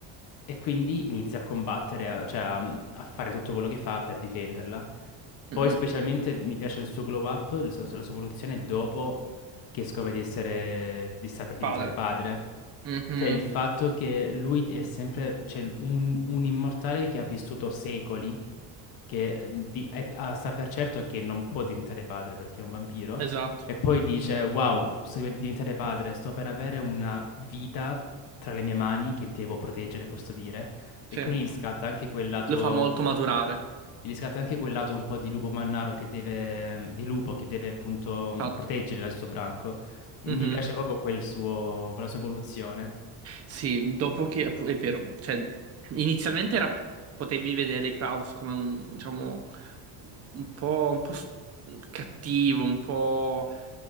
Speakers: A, on the left (about 50°); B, on the right (about 35°).
A: e quindi inizia a combattere, a- cioè a, a fare tutto quello che fa per difenderla. Poi
B: mhm.
A: specialmente mi piace il suo glow up, il suo- la sua evoluzione dopo che scopre di essere, di sta per diventare
B: Padre.
A: padre.
B: Mhm,
A: Cioè il fatto che lui è sempre, cioè un, un immortale che ha vissuto secoli, che eh, di- è- ah, sa per certo che non può diventare padre perché è un vampiro,
B: Esatto,
A: e poi dice, wow, sto per diventare padre, sto per avere una vita tra le mie mani che devo proteggere e custodire. E
B: sì.
A: quindi gli scatta anche quel lato,
B: Lo fa molto maturare,
A: gli scatta anche quel lato un po' di lupo mannaro che deve, di lupo che deve appunto
B: fatto.
A: proteggere il suo branco. E
B: mm-hmm.
A: mi piace proprio quel suo, quella sua evoluzione.
B: Sì, dopo che appu- è vero, cioè inizialmente era, potevi vedere Klaus come un, diciamo, un po', un po' s- cattivo, un po'